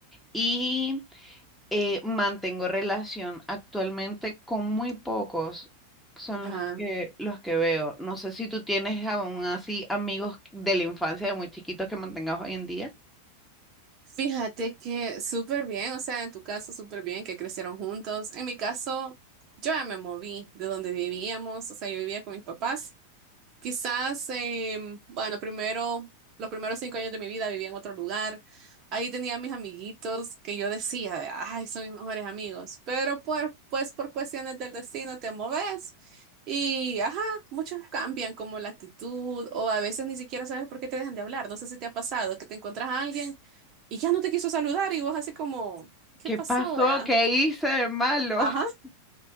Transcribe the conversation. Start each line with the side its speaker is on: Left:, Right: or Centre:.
Centre: Y eh, mantengo relación actualmente con muy pocos, son
Right: Ajá.
Centre: los que, los que veo. No sé si tú tienes aún así amigos de la infancia de muy chiquitos que mantengas hoy en día.
Right: Fíjate que súper bien, o sea, en tu caso súper bien que crecieron juntos. En mi caso, yo ya me moví de donde vivíamos, o sea, yo vivía con mis papás. Quizás, em, bueno, primero, los primeros cinco años de mi vida vivía en otro lugar. Ahí tenía mis amiguitos que yo decía, de, ay, son mis mejores amigos. Pero por, pues por cuestiones del destino te moves y, ajá, muchos cambian como la actitud o a veces ni siquiera sabes por qué te dejan de hablar. No sé si te ha pasado que te encuentras a alguien y ya no te quiso saludar y vos así como, ¿qué
Centre: ¿Qué
Right: pasó,
Centre: pasó?
Right: vea?
Centre: ¿Qué hice de malo?
Right: Ajá.
Centre: <laughs>